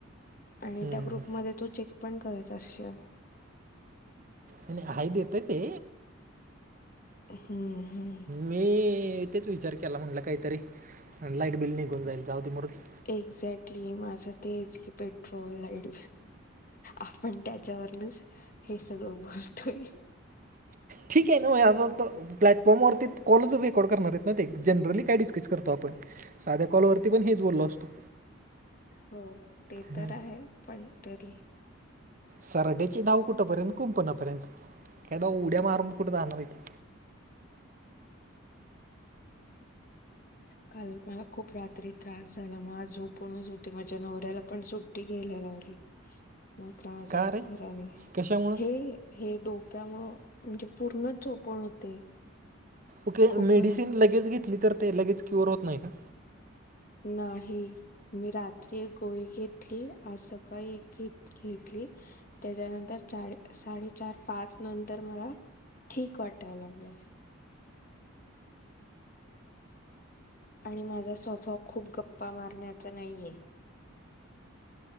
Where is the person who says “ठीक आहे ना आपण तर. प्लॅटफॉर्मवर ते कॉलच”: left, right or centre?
Right